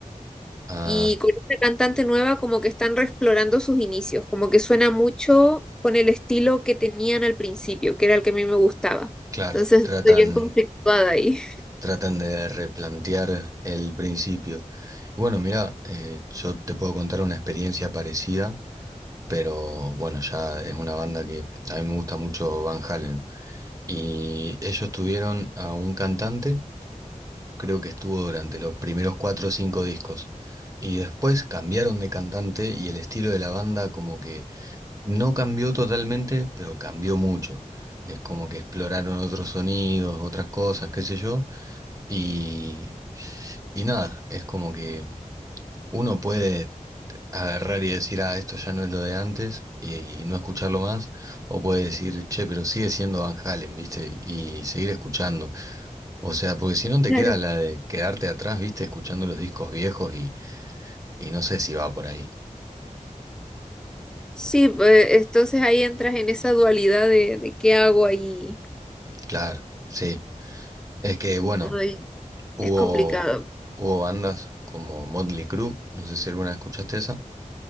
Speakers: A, on the right; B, in the centre.
A: Ah,
B: Y con esta cantante nueva como que están reexplorando sus inicios, como que suena mucho con el estilo que tenían al principio, que era el que a mí me gustaba.
A: claro,
B: Entonces
A: tratan,
B: estoy bien conflictuada ahí.
A: tratan de replantear el principio. Bueno, mira, eh, yo te puedo contar una experiencia parecida, pero bueno, ya es una banda que a mí me gusta mucho Van Halen. Y ellos tuvieron a un cantante creo que estuvo durante los primeros cuatro o cinco discos. Y después cambiaron de cantante y el estilo de la banda como que no cambió totalmente, pero cambió mucho. Es como que exploraron otros sonidos, otras cosas, qué sé yo. Y, y nada, es como que uno puede agarrar y decir, ah, esto ya no es lo de antes y, y no escucharlo más. O puede decir, che, pero sigue siendo Van Halen, ¿viste? Y seguir escuchando. O sea, porque si no te
B: Claro.
A: queda la de quedarte atrás, viste, escuchando los discos viejos y, y no sé si va por ahí.
B: Sí, pues, entonces ahí entras en esa dualidad de, de qué hago ahí.
A: Claro, sí. Es que, bueno,
B: Ay,
A: hubo,
B: es complicado.
A: hubo bandas como Motley Crue, no sé si alguna vez escuchaste esa.